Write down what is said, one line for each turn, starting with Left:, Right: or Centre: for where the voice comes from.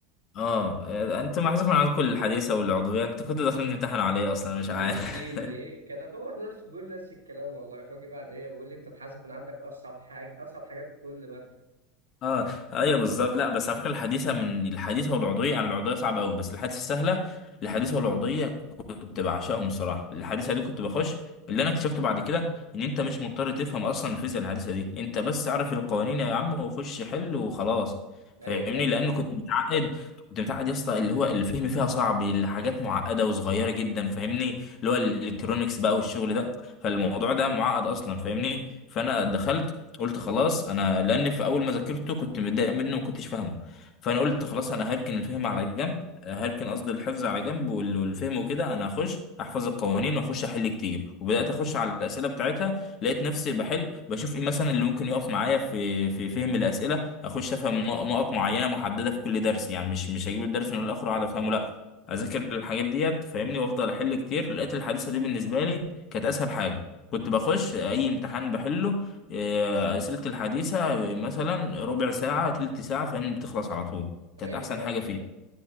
Left: اه آه، انت محذوف من عندكم الحديثة والعضوية انت كنت داخلين تمتحنوا على ايه اصلا مش
Right: والدين
Left: عارف
Right: ايه كان اخبر نفسه بيقول نفس الكلام والله فاجي بعد ايه بيقول لي انت اتحذف من عندك اصعب حاجه اصعب حاجات في كل ماده
Left: <laughs> اه ايوه بالظبط لا بس على فكرة الحديثة من الحديثة والعضوية يعني العضوية صعبة قوي بس الحديثة سهلة الحديثة والعضوية كنت بعشقهم الصراحه الحديثه دي كنت بخش اللي انا اكتشفته بعد كده ان انت مش مضطر تفهم اصلا الفيزياء الحديثه دي انت بس اعرف القوانين يا عم وخش حل وخلاص فاهمني
Right: ايوه ايوه
Left: لان
Right: ايوه
Left: كنت متعقد كنت متعقد يا اسطى اللي هو الفهم فيها صعب الحاجات معقده وصغيره جدا فاهمني اللي هو الالكترونكس بقى والشغل ده فالموضوع ده معقد اصلا فاهمني فانا دخلت قلت خلاص انا لان في اول ما ذاكرته كنت متضايق منه وما كنتش فاهمه فانا قلت خلاص انا هركن الفهم على جنب هركن قصدي الحفظ على جنب وال- والفهم وكده انا هخش احفظ القوانين واخش احل كتير وبدات اخش على الاسئله بتاعتها لقيت نفسي بحل بشوف ايه مثلا اللي ممكن يقف معايا في في فهم الاسئله اخش افهم نق- نقط معينه محدده في كل درس يعني مش مش هجيب الدرس من الاخر واقعد افهمه لا اذاكر الحاجات ديت فاهمني وافضل احل كتير لقيت الحادثه دي بالنسبه لي كانت اسهل حاجه كنت بخش اي امتحان بحله آه، اسئله الحديثه آه، مثلا ربع ساعه تلت ساعه فاهمني بتخلص على طول كانت
Right: ايوه
Left: احسن حاجه
Right: ايوه,
Left: فيه
Right: أيوة.